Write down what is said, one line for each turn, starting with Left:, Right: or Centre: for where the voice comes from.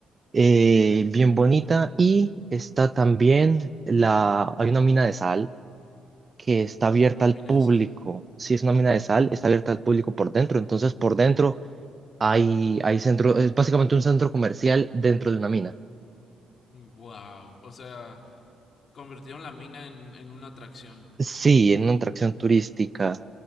Right: Eh, bien bonita. Y está también la, hay una mina de sal que está abierta
Left: Una
Right: al
Left: mina
Right: público.
Left: de sal.
Right: Si es una mina de sal, está abierta al público por dentro, entonces por dentro Hay, hay centro, es básicamente un centro comercial dentro de una mina.
Left: Wow. O sea, convirtieron la mina en, en una atracción.
Right: Sí, en una atracción turística.